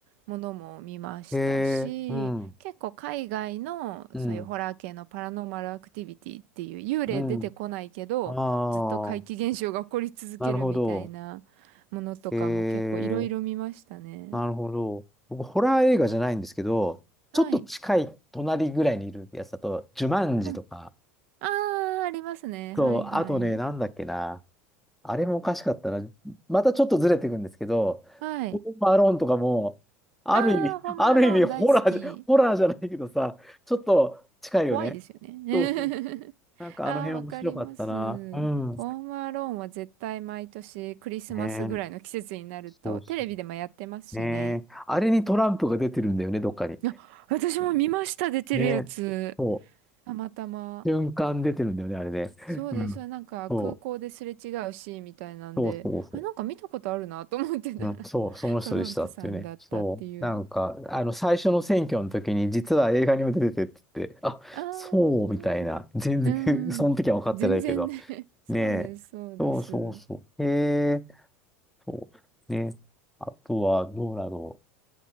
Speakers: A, on the right; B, in the centre.
A: ものも見ましたし、
B: えー、うん、
A: 結構海外のそういうホラー系のパラノーマルアクティビティっていう幽霊出てこないけど、
B: うん、うん。あ
A: ずっと怪奇現象が起こり続けるみたいなものとかも結構いろいろ見ましたね。
B: あ、なるほど。えー、なるほど。僕、ホラー映画じゃないんですけど、
A: はい。
B: ちょっと近い隣ぐらいにいるやつだと、ジュマンジとか、
A: うん。ああ、ありますね。
B: そう、
A: はいはい。
B: あとね、なんだっけな。あれもおかしかったな。またちょっとずれていくんですけど、
A: はい。
B: ホームアローンとかも、ある意味、
A: ああ、ホームアローン大好き。
B: ある意味ホラーじゃ、ホラーじゃないけどさ、ちょっと近いよね。
A: 怖いですよね。
B: そうそう。
A: <laughs>
B: なんかあの辺面白かったな。
A: ああ、わかります。
B: うん。
A: ホームアローンは絶対毎年クリスマスぐらいの季節になるとテレビでもやってますしね。
B: ねえ。そうそうねえ。あれにトランプが出てるんだよね、どっかに。
A: あ、私も見ました、出てるやつ。
B: ねえ。そ
A: たまたま。
B: う。瞬間出てるんだよね、あれね。
A: そうです。
B: うん。
A: なんか空港ですれ違うシーンみたいなんで、
B: そう。そうそうそう。
A: あ、なんか見たことあるなと思ってたらトランプさんだったっていう。
B: うん、そう、その人でしたっていうね。そう。なんか、あの、最初の選挙の時に、実は映画にも出ててって言って、あ、
A: ああ、
B: そう、みたいな。全然
A: う
B: <laughs> その時は分かってないけど。
A: ん。全然ね。<laughs> そうです、
B: ねえ。
A: そうです。
B: そうそうそう。
A: うん
B: へえ、そう。ね。あとは、どうだろ